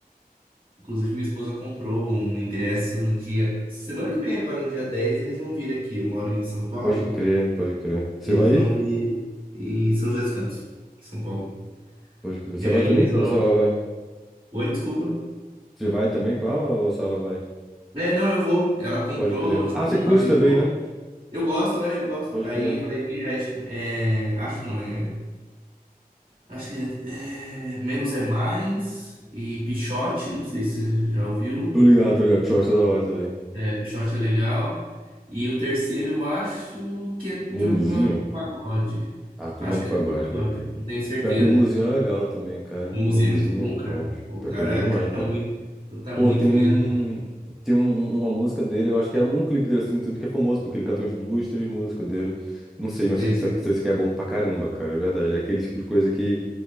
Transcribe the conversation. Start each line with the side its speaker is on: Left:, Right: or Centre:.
Right: inclusive minha esposa comprou um ingresso no dia, semana que vem agora, no dia 10 eles vão vir aqui. Eu moro em São Paulo,
Centre: Pode crer, pode crer. Você
Right: eles
Centre: vai
Right: vão
Centre: ir?
Right: vir em São José dos Campos, em São Paulo.
Centre: Pode crer.
Right: E
Centre: Você
Right: aí
Centre: vai também?
Right: eles vão.
Centre: Ou só ela vai?
Right: Oi, desculpa.
Centre: Você vai também com ela ou só ela vai?
Right: É, não, eu vou. Ela comprou,
Centre: Pode crer.
Right: tipo,
Centre: Ah, você
Right: não
Centre: curte
Right: avisou.
Centre: também, né?
Right: Eu gosto, é, eu gosto.
Centre: Pode
Right: Aí
Centre: crer.
Right: vai vir, é, acho que, é, acho não, é, acho que é, é, Menos é Mais e Pichote, não sei se você já ouviu.
Centre: Tô ligado, tô ligado. Puxa, eu acho da hora também.
Right: É, Pichote é legal. E o terceiro eu acho que é Turma
Centre: Mumuzinho?
Right: do Pagode.
Centre: A turma
Right: Acho
Centre: do
Right: que
Centre: pagode,
Right: é Turma do Pagode,
Centre: pode crer.
Right: não tenho certeza.
Centre: Pior que o Mumuzinho é legal também, cara.
Right: O museu
Centre: Mumuzinho,
Right: é muito bom, cara.
Centre: pô, acho-
Right: O
Centre: pior
Right: cara
Centre: que é bom demais,
Right: canta
Centre: cara.
Right: muito, canta
Centre: Pô,
Right: muito
Centre: tem um.
Right: mesmo.
Centre: Tem um- uma música dele, eu acho que é um clipe dele assim no YouTube que é famoso, porque ele canta umas duas, três músicas dele. Não sei, mas
Right: Sei,
Centre: sei que
Right: sei.
Centre: isso aqui sei que é bom pra caramba, cara, é verdade. É aquele tipo de coisa que,